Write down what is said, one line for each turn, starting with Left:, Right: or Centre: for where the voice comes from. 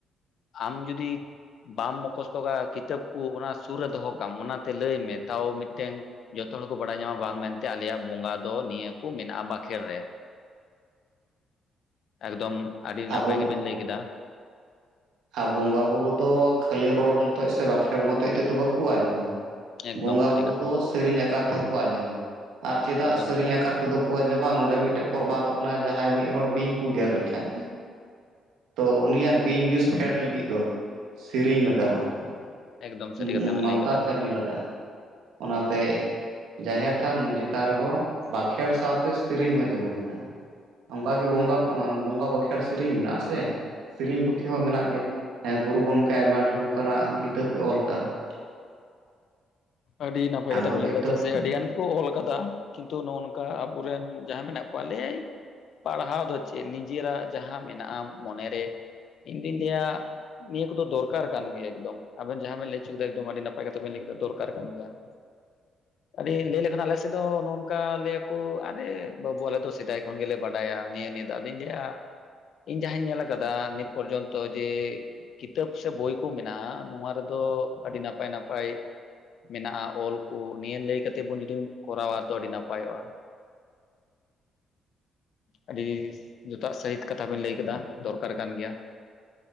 Left: ᱟᱢ ᱡᱩᱫᱤ ᱵᱟᱢ ᱢᱠᱚᱥᱛᱚᱜ ᱠᱟᱜ-ᱟ ᱠᱤᱛᱟᱹᱵ ᱠᱚ ᱚᱱᱟ ᱥᱩᱨ ᱨᱮ ᱫᱚᱦᱚ ᱠᱟᱜᱟᱢ ᱚᱱᱟᱛᱮ ᱞᱟᱹᱭ ᱢᱮ ᱛᱟᱣ ᱢᱤᱫᱴᱮᱱ ᱡᱚᱛᱚ ᱦᱚᱲᱠᱚ ᱵᱟᱲᱟᱭ ᱧᱟᱢᱟ ᱵᱟᱝ ᱢᱮᱱᱛᱮ ᱟᱞᱮᱭᱟᱜ ᱵᱚᱸᱜᱟ ᱫᱚ ᱱᱤᱭᱟᱹ ᱠᱚ ᱢᱮᱱᱟᱜ-ᱟ ᱵᱟᱠᱷᱮᱲ ᱨᱮ ᱾ ᱮᱠᱫᱚᱢ ᱟᱹᱰᱤ
Right: ᱟᱵᱚ
Left: ᱱᱟᱯᱟᱭ ᱜᱮᱵᱮᱱ ᱞᱟᱹᱭ ᱠᱮᱫᱟ ᱾
Right: ᱟᱨ ᱵᱚᱸᱜᱟ ᱵᱩᱨᱩ ᱫᱚ ᱠᱷᱟᱹᱞᱤ ᱨᱚᱲ ᱢᱚᱛᱚᱡ ᱥᱮ ᱵᱟᱸᱠᱷᱮᱬ ᱢᱚᱛᱚᱡ ᱛᱮᱫᱚ ᱵᱟᱠᱚ ᱟᱸᱡᱚᱢᱟ᱾
Left: ᱮᱠᱫᱚᱢ
Right: ᱵᱚᱸᱜᱟ
Left: ᱥᱟᱹᱨᱤ
Right: ᱵᱩᱨᱩ
Left: ᱠᱟᱛᱷᱟ
Right: ᱫᱚ ᱥᱮᱨᱮᱧ ᱟᱠᱟᱨ ᱛᱮᱦᱚᱸ ᱠᱚ ᱟᱸᱡᱚᱢᱟ ᱟᱨ ᱪᱮᱫᱟᱜ
Left: ᱮᱠᱫᱚᱢ
Right: ᱥᱮᱨᱮᱧ ᱟᱠᱟᱨ ᱛᱮᱫᱚ ᱟᱸᱡᱚᱢᱟ ᱱᱚᱰᱮ ᱢᱤᱫᱴᱮᱡ ᱯᱨᱚᱢᱟᱱᱚᱜ ᱠᱟᱱᱟ ᱡᱟᱦᱟᱸᱭ ᱢᱤᱫ ᱦᱚᱲ ᱵᱤᱧ ᱠᱚ ᱜᱮᱨ ᱞᱮᱠᱷᱟᱹᱡ ᱛᱚ ᱩᱱᱤᱭᱟᱜ ᱵᱤᱧ ᱵᱤᱥ ᱯᱷᱮᱰ ᱞᱟᱹᱜᱤᱫ ᱫᱚ ᱥᱤᱨᱤᱧ ᱞᱟᱜᱟᱜ-ᱟ ᱾
Left: ᱮᱠᱫᱚᱢ ᱥᱟᱹᱨᱤ ᱠᱟᱛᱷᱟ ᱵᱮᱱ
Right: ᱢᱟᱱᱛᱟᱨ
Left: ᱞᱟᱹᱭ ᱠᱟᱫᱟ
Right: ᱡᱷᱟᱹᱨᱱᱤ ᱞᱟᱜᱟᱜ-ᱟ, ᱚᱱᱟᱛᱮ ᱡᱟᱦᱮᱨ ᱛᱷᱟᱱ ᱢᱟᱺᱡᱷᱤ ᱛᱷᱟᱱ ᱨᱮᱦᱚᱸ ᱵᱟᱸᱠᱷᱮᱲ ᱥᱟᱶᱛᱮ ᱥᱮᱨᱮᱧ ᱦᱚᱸ ᱡᱟᱹᱨᱩᱲ ᱢᱮᱱᱟᱜ-ᱟ ᱾ ᱚᱱᱠᱟᱜᱤ ᱵᱚᱸᱜᱟ ᱵᱚᱸᱜᱟ ᱵᱟᱸᱠᱷᱮᱬ ᱥᱮᱨᱮᱤᱧ ᱢᱮᱱᱟᱜ ᱟᱥᱮ ᱥᱮᱨᱮᱧ ᱯᱩᱛᱷᱤ ᱦᱚᱸ ᱢᱮᱱᱟᱜ ᱜᱮᱭᱟ ᱾ ᱦᱮᱸ ᱜᱩᱨᱩ ᱜᱚᱝᱠᱮ ᱟᱭᱢᱟ ᱰᱷᱮᱨ ᱚᱱᱠᱟᱱᱟᱜ ᱠᱤᱛᱟᱹᱵ ᱮ ᱚᱞ ᱠᱟᱜ-ᱟ ᱾
Left: ᱟᱹᱰᱤ ᱱᱟᱯᱟᱭ
Right: ᱟᱫᱚ
Left: ᱠᱟᱛᱷᱟ ᱵᱤᱱ
Right: ᱠᱤᱛᱟᱹᱵ
Left: ᱞᱟᱹᱭ ᱠᱮᱫᱟ ᱪᱮᱫᱟᱜ ᱥᱮ ᱟᱹᱰᱤ ᱜᱟᱱ ᱠᱚ ᱚᱞ ᱠᱟᱫᱟ ᱠᱤᱱᱛᱩ ᱱᱚᱜ ᱱᱚᱝᱠᱟ ᱟᱵᱚᱨᱮᱱ ᱡᱟᱦᱟᱸᱭ ᱢᱮᱱᱟᱜ ᱠᱚᱣᱟ ᱞᱟᱹᱭᱟᱭ ᱯᱟᱲᱦᱟᱣ ᱫᱚ ᱪᱮᱫ ᱱᱤᱡᱮᱨᱟᱜ ᱡᱟᱦᱟᱸ ᱢᱮᱱᱟᱜ-ᱟ ᱢᱚᱱᱮᱨᱮ ᱤᱧᱫᱩᱧ ᱞᱟᱹᱭᱟ ᱱᱤᱭᱟᱹ ᱠᱚᱫᱚ ᱫᱚᱨᱠᱟᱨ ᱠᱟᱱ ᱜᱮᱭᱟ ᱮᱠᱫᱚᱢ ᱟᱵᱮᱱ ᱡᱟᱦᱟᱸ ᱵᱮᱱ ᱞᱟᱹᱭᱪᱚ ᱠᱮᱫᱟ ᱟᱹᱰᱤ ᱱᱟᱯᱟᱭ ᱠᱟᱛᱷᱟ ᱵᱮᱱ ᱞᱟᱹᱭ ᱠᱮᱫᱟ ᱫᱚᱨᱠᱟᱨ ᱠᱟᱨ ᱠᱟᱱ ᱜᱮᱭᱟ ᱾
Right: <unintelligible>
Left: ᱟᱹᱰᱤ ᱞᱟᱹᱭ ᱞᱮᱠᱷᱟᱱ ᱟᱞᱮ ᱥᱮᱫ ᱫᱚ ᱱᱚᱜᱚ ᱱᱚᱝᱠᱟ ᱞᱟᱹᱭᱟ ᱠᱚ ᱟᱨᱮ ᱵᱟᱹᱵᱩ ᱟᱞᱮ ᱫᱚ ᱥᱮᱫᱟᱭ ᱠᱷᱚᱱ ᱜᱮᱞᱮ ᱵᱟᱰᱟᱭᱟ ᱱᱤᱭᱟᱹ ᱱᱤᱭᱟᱹ ᱟᱫᱚᱧ ᱞᱟᱹᱭᱟ ᱤᱧ ᱡᱟᱦᱟᱸᱧ ᱧᱮᱞ ᱠᱟᱫᱟ ᱱᱤᱛ ᱯᱚᱨᱡᱚᱱᱛᱚ ᱡᱮ ᱠᱤᱛᱟᱹᱵ ᱥᱮ ᱵᱳᱭ ᱠᱚ ᱢᱮᱱᱟᱜ-ᱟ ᱱᱚᱣᱟ ᱨᱮᱫᱚ ᱟᱹᱰᱤ ᱱᱟᱯᱟᱭ ᱱᱟᱯᱟᱭ ᱢᱮᱱᱟᱜ-ᱟ ᱚᱞᱠᱩ ᱱᱤᱭᱟᱹ ᱞᱟᱹᱭ ᱠᱟᱛᱮᱫ ᱵᱚᱱ ᱡᱩᱫᱤ ᱠᱚᱨᱟᱣᱟ ᱛᱚ ᱟᱹᱰᱤ ᱱᱟᱯᱟᱭᱚᱜ-ᱟ ᱾ ᱟᱹᱰᱤ ᱡᱚᱛᱟᱛ ᱥᱟᱹᱦᱤᱛ ᱠᱟᱛᱷᱟ ᱵᱮᱤᱱ ᱞᱟᱹᱭ ᱠᱟᱫᱟ ᱫᱚᱨᱠᱟᱨ ᱠᱟᱱ ᱜᱮᱭᱟ ᱾